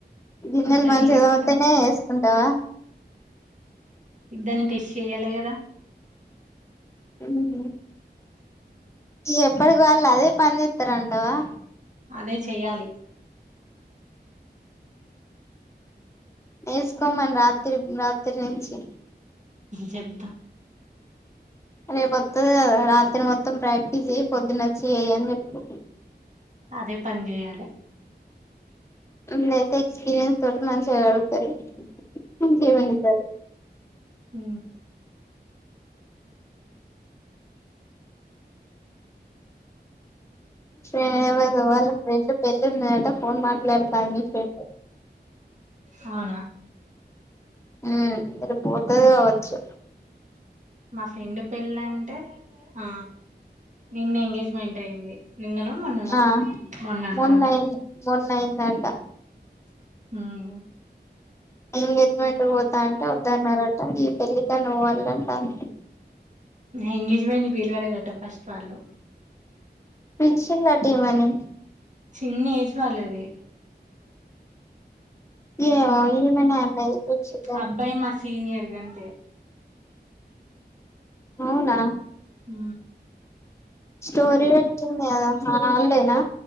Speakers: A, on the left (about 15°); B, on the right (about 45°).
A: ఉ గిన్నెలు
B: ఇద్దరిని
A: మంచిగ
B: వేసుకొని
A: తోముతనే వేసుకుంటవా
B: ఇద్దర్ని టెస్ట్ చెయ్యాలె కదా
A: ఊహు ఇగ ఎప్పటికి వాళ్ళు అదే పని చేత్తరంటవా
B: అదే చేయాలి
A: వేసుకోమని రాత్రి రాత్రి నుంచి
B: చెప్తా
A: రేపు వత్తది కదా రాత్రి మొత్తం ప్రాక్టీస్ చెయ్యి పొద్దునచ్చి చెయ్యి అని చెప్పు
B: అదే పని చేయాలే
A: <unintelligible> అయితే ఎక్స్పీరియన్స్ తోటి మంచిగ గడుగుతరు మంచిగ వండుతరు
B: ఊ
A: ఎవరిది వాళ్ళు ఫ్రెండ్ పెళ్ళున్నదట ఫోన్ మాట్లాడతాంది మీ ఫ్రెండు
B: అవునా
A: ఊ రేపు పోతది కావచ్చు
B: మా ఫ్రెండ్ పెళ్ళంటే ఆ నిన్న ఎంగేజ్మెంట్ అయింది నిన్ననో మొన్ననో
A: ఆ
B: మొన్న అనుకుంటా
A: మొన్నై మొన్నైందంట
B: హూ
A: ఎంగేజ్మెంట్ పోతా అంటే వద్దన్నాట ఈ పెళ్ళికన్న పోవాళ్ళంటంది
B: ఎంగేజ్మెంట్ పిలవలేదట ఫస్ట్ వాళ్ళు
A: పిలిశిల్లట ఈమెని
B: చిన్న ఏజ్ వాళ్ళది
A: ఏమో ఈమెనే అన్నది పిల్చింది అని
B: అబ్బాయి మా సీనియర్ గంతే
A: అవునా
B: ఊ
A: స్టోరీ వెట్టి ది కదా ఆ ఆళ్లేనా